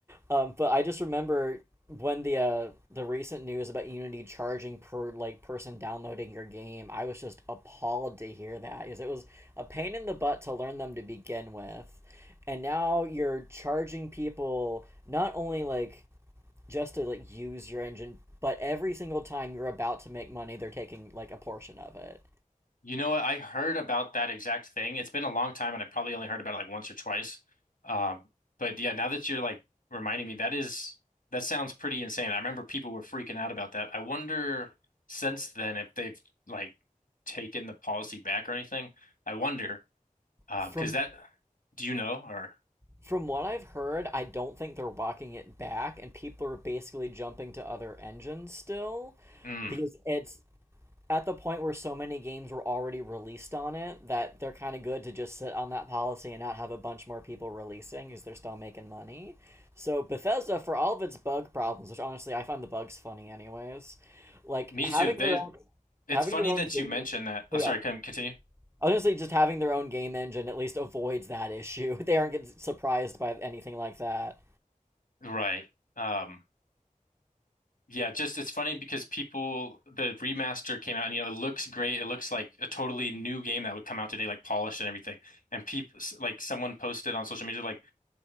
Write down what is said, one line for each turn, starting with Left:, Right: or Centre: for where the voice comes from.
Right: Um, but I just remember when the uh, the recent news about Unity charging per like person downloading your game, I was just appalled to hear that because it was a pain in the butt to learn them to begin with. And now you're charging people not only like just to like use your engine, but every single time you're about to make money, they're taking like a portion of it.
Left: You know what? I heard about that exact thing. It's been a long time, and I probably only heard about it like once or twice. Um, but yeah, now that you're like reminding me, that is that sounds pretty insane. I remember people were freaking out about that. I wonder since then if they've like taken the policy back or anything. I wonder um,
Right: From
Left: because that do you know or
Right: from what I've heard, I don't think they're walking it back, and people are basically jumping to other engines still
Left: mm,
Right: because it's at the point where so many games were already released on it that they're kind of good to just sit on that policy and not have a bunch more people releasing because they're still making money. So Bethesda, for all of its bug problems, which honestly I find the bugs funny anyways, like
Left: me
Right: having
Left: too. They
Right: their own
Left: it's
Right: Having
Left: funny
Right: their own
Left: that
Right: game.
Left: you mentioned that. Oh,
Right: oh yeah,
Left: sorry, can continue.
Right: I was gonna say just having their own game engine at least avoids that issue. <laughs> They aren't getting surprised by anything like that.
Left: Right. Um, Yeah, just it's funny because people the remaster came out and you know it looks great. It looks like a totally new game that would come out today, like polished and everything. And people like someone posted on social media like